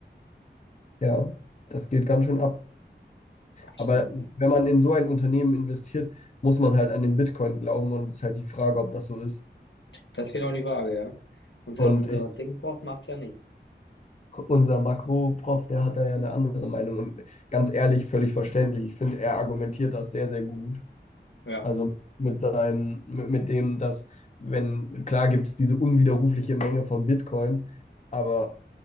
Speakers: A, on the left; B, on the left.
A: Ja, das geht ganz schön ab.
B: Ach so,
A: Aber
B: Mann.
A: wenn man in so ein Unternehmen investiert, muss man halt an den Bitcoin glauben und es ist halt die Frage, ob das so ist.
B: Das ist genau die Frage, ja. Unser,
A: Und
B: unser
A: ich,
B: Dingprof macht's ja nicht.
A: unser Makro-Prof, der hat da ja eine andere Meinung und ganz ehrlich, völlig verständlich. Ich finde, er argumentiert das sehr, sehr gut.
B: Ja,
A: Also mit seinen, mit, mit dem, dass, wenn, klar gibt es diese unwiderrufliche Menge von Bitcoin, aber